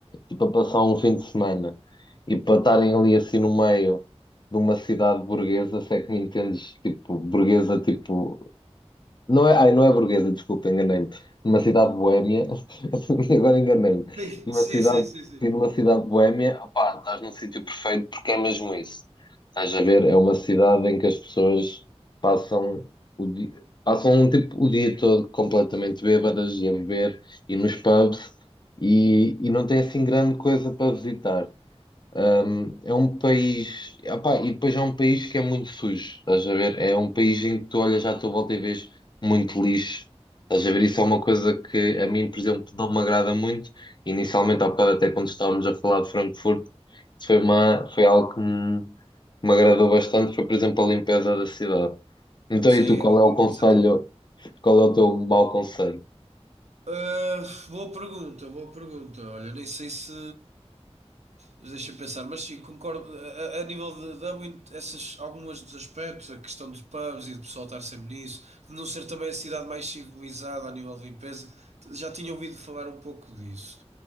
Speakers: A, on the left (about 45°); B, on the right (about 85°).
A: tipo, a passar um fim de semana e para estarem ali assim no meio de uma cidade burguesa, se é que me entendes, tipo, burguesa, tipo. Não é, ai, não é burguesa, desculpa, enganei-me. Numa cidade boémia, <laughs> agora enganei-me.
B: Sim,
A: Numa
B: sim,
A: cidade,
B: sim, sim. sim.
A: sim, numa cidade boémia, opá, estás num sítio perfeito porque é mesmo isso. Estás a ver, é uma cidade em que as pessoas passam o dia, passam um tipo o dia todo completamente bêbadas e a beber e nos pubs e, e não tem assim grande coisa para visitar. Um, é um país, opá, e depois é um país que é muito sujo, estás a ver? É um país em que tu olhas à tua volta e vês muito lixo, estás a ver? Isso é uma coisa que a mim, por exemplo, não me agrada muito. Inicialmente, há bocado, até quando estávamos a falar de Frankfurt, isso foi uma, foi algo que me, me agradou bastante, foi, por exemplo, a limpeza da cidade. Então, e
B: é,
A: tu, qual é o conselho,
B: exatamente.
A: qual é o teu mau conselho?
B: Ah, boa pergunta, boa pergunta. Olha, nem sei se. mas Deixa-me pensar, mas sim, concordo. A, a- a nível de, de algum- essas, alguns dos aspectos, a questão dos pubs e do pessoal estar sempre nisso, de não ser também a cidade mais civilizada a nível de limpeza, já tinha ouvido falar um pouco disso.